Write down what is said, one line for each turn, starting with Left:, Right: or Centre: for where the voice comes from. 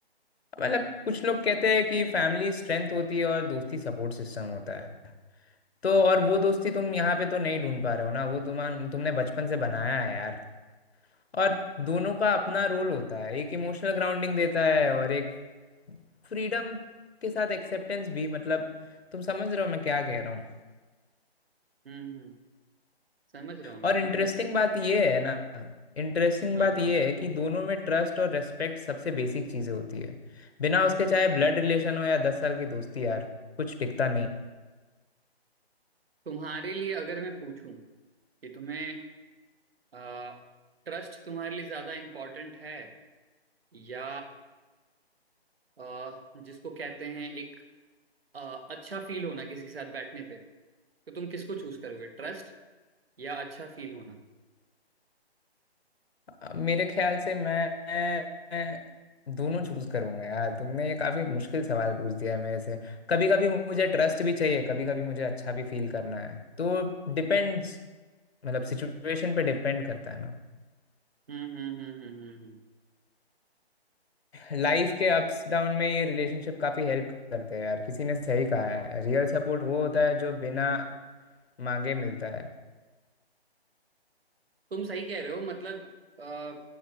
Left: मतलब कुछ लोग कहते हैं कि फैमिली स्ट्रेंथ होती है और दोस्ती सपोर्ट सिस्टम होता है तो और वो दोस्ती तुम यहाँ पे तो नहीं ढूंढ पा रहे हो ना वो तुम तुमने बचपन से बनाया है यार और दोनों का अपना रोल होता है एक इमोशनल ग्राउंडिंग देता है और एक फ्रीडम के साथ एक्सेप्टेंस भी मतलब तुम समझ रहे हो मैं क्या कह रहा हूँ
Right: हम्म हम्म, समझ रहा हूँ मैं
Left: और इंटरेस्टिंग
Right: मत
Left: बात ये है ना इंटरेस्टिंग
Right: हाँ
Left: बात
Right: हाँ
Left: ये है कि दोनों में ट्रस्ट और रेस्पेक्ट सबसे बेसिक चीज़ें होती है बिना उसके चाहे ब्लड रिलेशन हो या दस साल की दोस्ती यार कुछ टिकता नहीं
Right: तुम्हारे लिए अगर मैं पूछूं कि तुम्हें आ, क्रस्ट तुम्हारे लिए ज्यादा इम्पोर्टेंट है या आ, जिसको कहते हैं एक आ, अच्छा फील होना किसी के साथ बैठने पे तो तुम किसको चूज करोगे ट्रस्ट या अच्छा फील होना
Left: अब मेरे ख्याल से मैं मैं दोनों चूज करूंगा यार तुमने ये काफी मुश्किल सवाल पूछ दिया है मेरे से कभी कभी मुझे ट्रस्ट भी चाहिए कभी कभी मुझे अच्छा भी फील करना है तो डिपेंड्स मतलब सिचुएशन पे डिपेंड करता है ना
Right: हम्म हम्म हम्म हम्म हम्म हम्म।
Left: लाइफ के अप्स डाउन में ये रिलेशनशिप काफी हेल्प करते हैं यार किसी ने सही कहा है रियल सपोर्ट वो होता है जो बिना मांगे मिलता है
Right: तुम सही कह रहे हो मतलब आ,